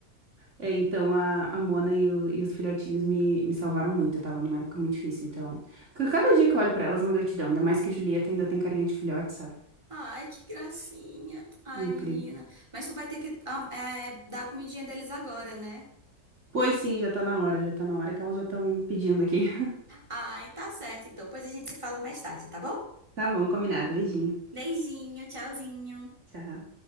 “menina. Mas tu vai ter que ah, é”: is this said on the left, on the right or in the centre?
Right